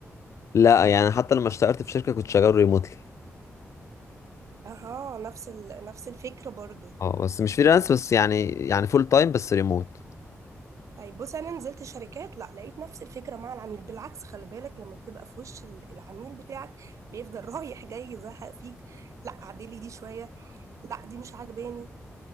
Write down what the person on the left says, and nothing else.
لا يعني حتى لما اشتغلت في شركة كنت شغال ريموتلي
اه بس مش فريلانس بس يعني يعني فول تايم بس ريموت